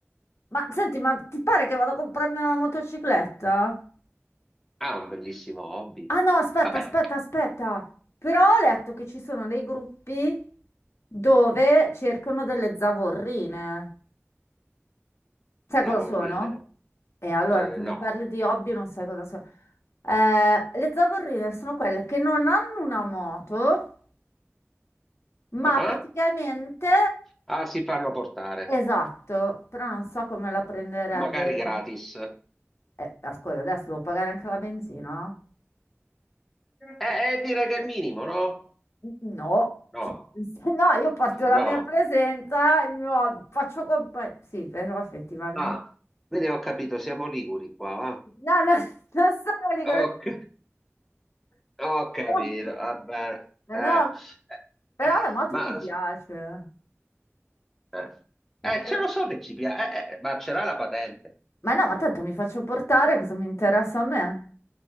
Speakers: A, on the left (about 70°); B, in the centre.
A: Ma senti, ma ti pare che vado a comprarmi una motocicletta?
B: Ah, un bellissimo hobby.
A: Ah no, aspetta,
B: Vabbè,
A: aspetta, aspetta. Però ho letto che ci sono dei gruppi dove cercano delle zavorrine.
B: pensavo
A: Sai cosa sono?
B: ridere.
A: E allora
B: Eh,
A: tu
B: no.
A: mi parli di hobby e non sai cosa sono. Eh, le zavorrine sono quelle che non hanno una moto, ma
B: Ah, ah.
A: praticamente...
B: Ah, si fanno portare,
A: Esatto, però non so come la prenderebbe.
B: magari gratis. Eh,
A: Eh, ascolta, adesso devo pagare anche la benzina?
B: eh, direi che è il minimo, no?
A: No,
B: No.
A: <laughs> cioè, se no, io porto la
B: No.
A: mia presenza, il mio- faccio compagnia. Sì, però effettivamente.
B: Ah, quindi ho capito, siamo liguri qua, va?
A: No, no, <laughs> non sono lì,
B: Ok. Ho capito,
A: sono...
B: va bene.
A: Ma
B: Eh,
A: no, ma- però
B: eh, eh,
A: la moto
B: ma
A: mi piace.
B: eh,
A: Beh,
B: eh,
A: però-
B: ce lo so che ci piace, eh, eh, ma ce l'ha la patente.
A: Ma no, ma tanto mi faccio portare, cosa mi interessa a me?